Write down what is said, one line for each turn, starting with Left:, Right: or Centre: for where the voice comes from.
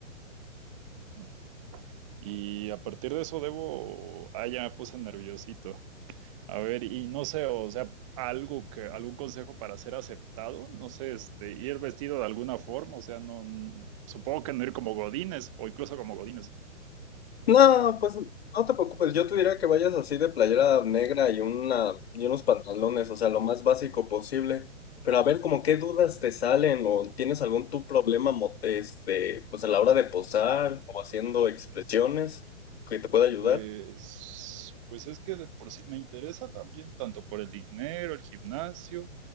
Right: Mm. Y a partir de eso debo, ah, ya me puse nerviosito. A ver, y no sé, o sea, algo que, algún consejo para ser aceptado, no sé, este, ir vestido de alguna forma, o sea, no, n- supongo que no ir como godines o incluso como godines.
Left: No, pues no te preocupes, yo te diría que vayas así de playera negra y una y unos pantalones, o sea, lo más básico posible. Pero a ver, como qué dudas te salen o tienes algún tu problema mo- este, pues a la hora de posar o haciendo expresiones que te pueda ayudar.
Right: Pues, pues es que de por sí me interesa también, tanto por el dinero, el gimnasio